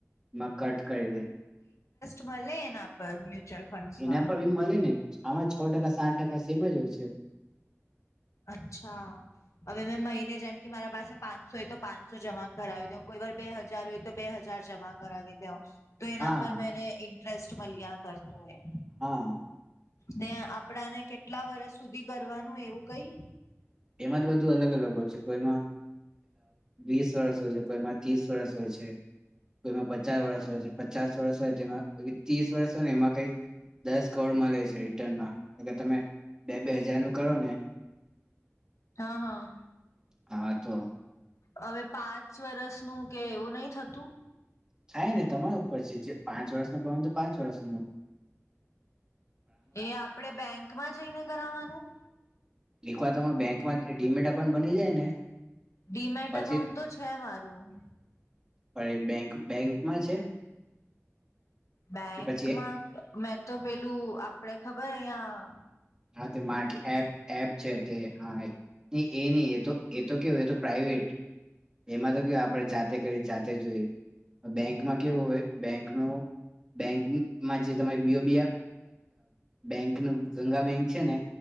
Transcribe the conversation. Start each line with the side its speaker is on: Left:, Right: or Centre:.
Right: એમાં કટ કરી દેય
Left: મલે એના પર મ્યુચ્યુઅલ ફંડ્સમાં
Right: એના પર બી મળે ને આમાં છ ટકા સાત ટકા સેમ જ હોય છે.
Left: અચ્છા હવે મેં મહિને જેમ કે મારા પાસે પાંચસો હોય તો પાંચસો જમા કરાવી દઉં કોઈ વાર બે હજાર હોય તો બે હજાર જમા કરાવી દઉં. તો એના
Right: હા
Left: પર મેને ઈ ટ્રસ્ટ મલ્યા કરતો એ.
Right: હા.
Left: ને આપડાને કેટલા વર્ષ સુધી કરવાનું એવુ કઈ.
Right: એમાં જ બધું અલગ અલગ હોય છે કોઈમાં વીસ વર્ષ હો છે કોઈમાં ત્રીસ વરસ હોય છે કોઈમાં પચાસ વરસ હોય છે પચાસ વર્ષ હોય જેમાં ત્રીસ વર્ષ હોય ને એમાં કઈ દસ કારોડ મલે છે રિટર્નમાં. એટલે તમે બે બે હજાર નું કરો ને
Left: હા હા.
Right: હા તો.
Left: હવે પાંચ વરસ નું કે એવું નહી થતું.
Right: કાંઈ નઈ તમારા ઉપર છે જે પાંચ વર્ષ ન કરવા હોય તો પાંચ વર્ષ ન
Left: એ આપણે બેંકમાં જઈને કરાવાનું.
Right: એક વાર તમારે બેંકમાં ડીમેટ અકાઉન્ટ બની જાય ને
Left: ડીમેટ
Right: પછી
Left: અકાઉન્ટ તો છે મારું.
Right: અ બેંક બેંક માં છે.
Left: બેંકમાં
Right: કે પછી
Left: મેં તો પેલું આપડે ખબર અહિયા
Right: હા તે મા એપ એપ છે તે હા. એ નહી એ એ તો કેવું એ તો પ્રાઈવેટ એમાં તો કેવય આપણે જાતે કરી જાતે જોઈએ બેંકમાં કેવું હો બેંકનો બેંકમાં જે તમા બીજ બી બેંક ગંગા. છે ને